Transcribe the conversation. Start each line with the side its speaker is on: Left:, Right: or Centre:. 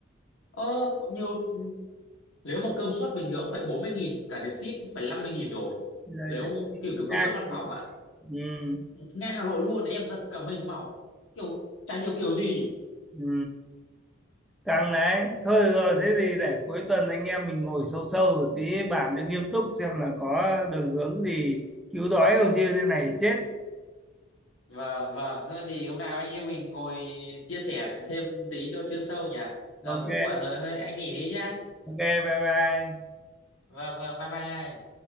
Left: <laughs> ờ nhiều nếu mà cơm suất bình thường cũng phải bốn mươi nghìn cả tiền ship cũng phải năm mươi nghìn rồi
Centre: giờ
Left: nếu
Centre: chắc
Left: kiểu kiểu
Centre: ngang
Left: cơm suất văn phòng
Centre: rồi.
Left: á
Centre: ừ,
Left: ngay Hà Nội luôn em giật cả mình màu kiểu chả hiểu kiểu gì
Centre: ừ. căng đấy thôi được rồi thế thì để cuối tuần anh em mình ngồi sâu sâu một tí bàn cho nghiêm túc xem là có đường hướng gì cứu đói không chứ thế này chết
Left: vâng vâng thế thì hôm nào anh em mình ngồi chia sẻ thêm tí cho chuyên sâu nhỉ Ờ,
Centre: ok
Left: cũng muộn rồi thôi anh nghỉ đi nhá
Centre: ok bye bye
Left: vâng vâng bye bye anh